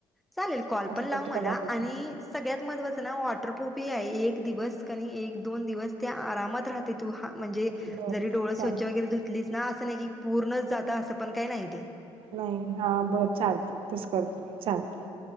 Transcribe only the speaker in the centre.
चालेल कॉल
पण लाव
मला
आणि सगळ्यात महत्त्वाच ना वॉटरप्रूफ एक दिवस कानी एक दोन दिवस त्या आरामात राह ते तु हां म्हणजे
जरी डोळ
स्वच्छ वगैरे धुतलीस ना अस नाही की पुर्णच जात अस पण काही नाही ते